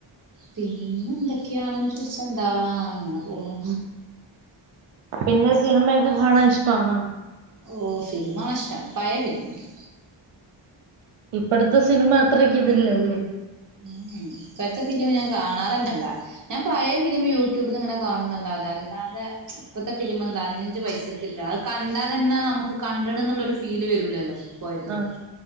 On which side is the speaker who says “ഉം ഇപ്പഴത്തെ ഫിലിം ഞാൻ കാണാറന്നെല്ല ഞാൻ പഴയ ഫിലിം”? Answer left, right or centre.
Right